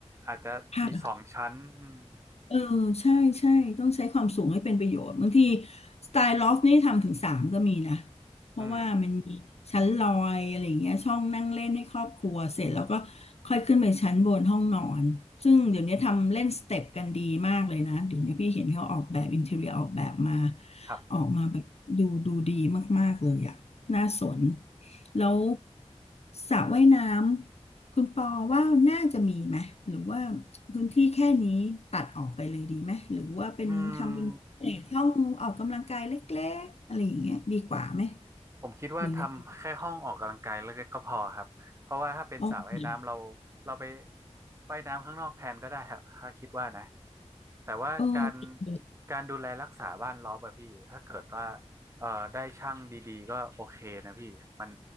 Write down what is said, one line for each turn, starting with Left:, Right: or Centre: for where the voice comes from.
Right: อาจจะมีสองชั้นอืม
Left: ค่ะ เออใช่ใช่ต้องใช้ความสูงให้เป็นประโยชน์บางทีสไตล์ลอฟนี่ทำถึงสามก็มีนะเพราะว่ามันมีชั้นลอยอะไรอย่างเงี้ยช่องนั่งเล่นให้ครอบครัวเสร็จแล้วก็ค่อยขึ้นไปชั้นบนห้องนอนซึ่งเดี๋ยวนี้ทำเล่นสเต็ปกันดีมากเลยนะเดี๋ยวนี้พี่เห็นเขาออกแบบอินเทอร์เรียออกแบบมา
Right: อืมครับ
Left: ออกมาแบบดูดูดีมากๆเลยอะน่าสนแล้วสระว่ายน้ำ คุณปอว่าน่าจะมีไหมหรือว่าพื้นที่แค่นี้ตัดออกไปเลยดีไหมหรือว่าเป็นทำเป็นเอ่อช่องออกกำลังกายเล็กๆอะไรอย่างเงี้ยดีกว่าไหม
Right: อืม ผมคิดว่าทำแค่ห้องออกกำลังกายเล็กๆก็พอครับเพราะว่าถ้าเป็นสระว่ายน้ำเรา
Left: หรือยังไงอ๋อ
Right: เราไปว่ายน้ำข้างนอกแทนก็ได้ครับถ้าคิดว่านะแต่ว่าการ
Left: เออจริงเห
Right: การดูแลรักษาบ้านรอบอะพี่ถ้าเกิดว่าเอ่อได้ช่างดีๆก็โอเคนะพี่มัน